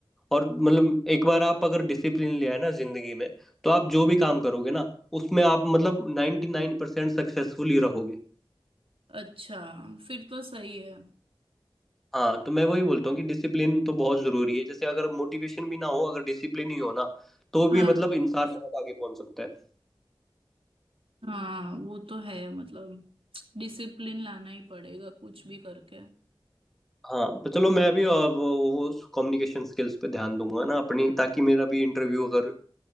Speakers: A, in the centre; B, on the right.
A: और मतलब एक बार आप अगर डिसिप्लिन ले आए ना जिंदगी में तो आप जो भी काम करोगे ना उसमें आप मतलब 99% नाइन परसेंट सक्सेसफुल ही रहोगे
B: अच्छा फिर तो सही है
A: हाँ तो मैं वही बोलता हूँ कि डिसिप्लिन तो बहुत जरूरी है जैसे अगर मोटिवेशन भी ना हो अगर डिसिप्लिन ही हो ना तो भी
B: हाँ
A: मतलब इंसान बहुत आगे पहुंच सकता है
B: हाँ वो तो है मतलब डिसिप्लिन लाना ही पड़ेगा कुछ भी करके
A: हाँ तो चलो मैं भी अ, वो कम्युनिकेशन स्किल्स पे ध्यान दूंगा ना अपनी ताकि मेरा भी इंटरव्यू अगर